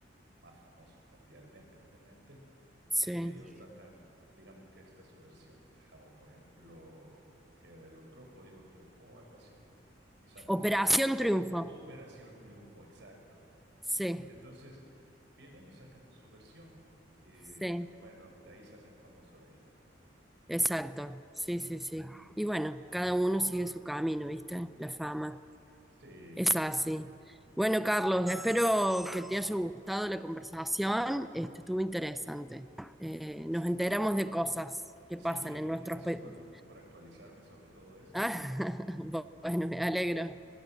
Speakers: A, on the right; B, in the centre.
A: más famosos mundialmente, obviamente
B: sí.
A: y ellos sacan, digamos que esta es su versión, ¿verdad? o por ejemplo, que era el otro, Código Triunfo o algo así, y sacan
B: Operación
A: su versión.
B: Triunfo.
A: Operación Triunfo, exacto.
B: Sí,
A: Entonces, vienen y sacan su versión y
B: sí,
A: bueno, de ahí se hacen famosos ellos.
B: exacto. Sí, sí, sí. Y bueno, cada uno sigue su camino, ¿viste? La fama.
A: Sí,
B: Es así. Bueno, Carlos, espero que te haya gustado la conversación. Este, estuvo interesante. Eh,
A: excelente.
B: nos enteramos de cosas que
A: Sí,
B: pasan
A: y
B: en nuestros
A: gracias
B: países.
A: por, por actualizarme sobre todo esto.
B: Ah, <laughs> bueno, me alegro.